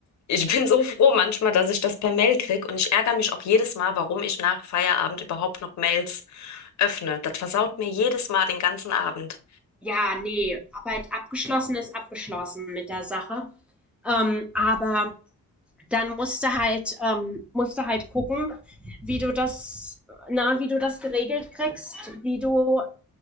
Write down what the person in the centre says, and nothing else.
ja, nee, Arbeit abgeschlossen ist abgeschlossen mit der Sache. Ähm, aber dann musst du halt, ähm, musst du halt gucken, wie du das, na, wie du das geregelt kriegst, wie du